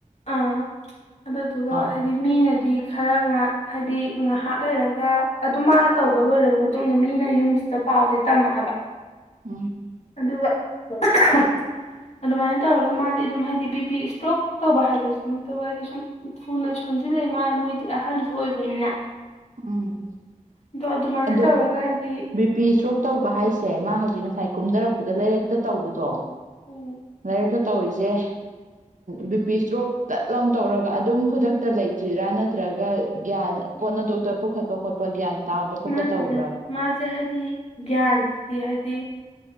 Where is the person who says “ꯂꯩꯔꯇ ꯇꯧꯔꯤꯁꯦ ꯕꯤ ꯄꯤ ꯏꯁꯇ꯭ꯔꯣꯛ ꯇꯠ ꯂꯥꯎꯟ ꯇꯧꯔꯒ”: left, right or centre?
Right